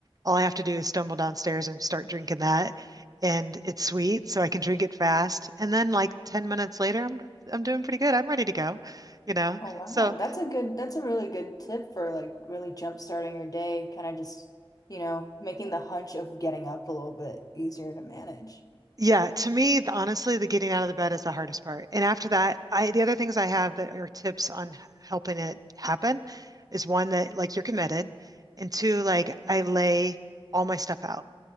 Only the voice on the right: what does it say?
All I have to do is stumble downstairs and start drinking that. And it's sweet, so I can drink it fast. And then like 10 minutes later, I'm I'm doing pretty good. I'm ready to go, you know.
So
yeah, to me, the, honestly, the getting out of the bed is the hardest part. And after that, I the other things I have that are tips on helping it happen is one that like you're committed, and two, like I lay all my stuff out.